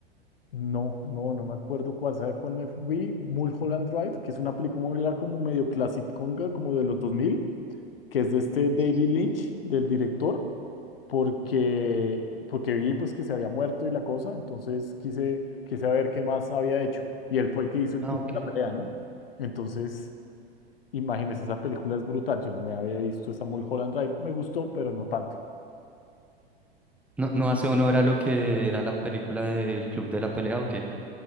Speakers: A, on the left; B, in the centre.
A: No, no, no me acuerdo cuál. ¿Sabe cuál me fui? Mulholland Drive, que es una película como medio clásica, como de los 2000, que es de este
B: Sí,
A: David
B: sí, sí.
A: Lynch, del director. porque, porque vi pues que se había muerto y la cosa, entonces quise, quise ver qué más había hecho. Y él fue el que hizo el
B: Ah,
A: Club
B: ok.
A: de la Pelea, ¿no? Entonces, imagínense, esa película es brutal. Yo no me había visto esa Mulholland Drive. Me gustó, pero no tanto.
B: No, no hace honor a lo que era la película del Club de la Pelea, ¿o qué?